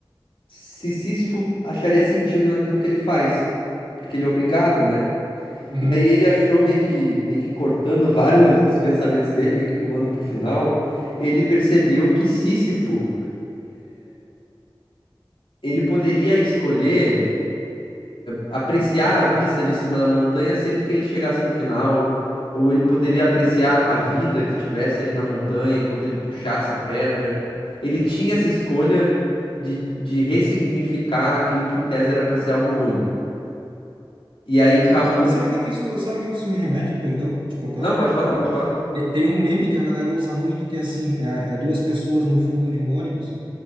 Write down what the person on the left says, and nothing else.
se Sísifo acharia sentido naquilo que ele faz, porque ele é obrigado, né?
E aí ele achou meio que, meio que cortando <laughs> vários dos pensamentos dele, meio que pulando pro final, ele percebeu que Sísifo ele poderia escolher apreciar a vista de cima da montanha sempre que ele chegasse no final, ou ele poderia apreciar a vida que tivesse ali na montanha enquanto ele puxasse a pedra. Ele tinha essa escolha de, de ressignificar aquilo que em tese era para ser algo ruim. E aí Camus.
Não, pode falar, pode falar.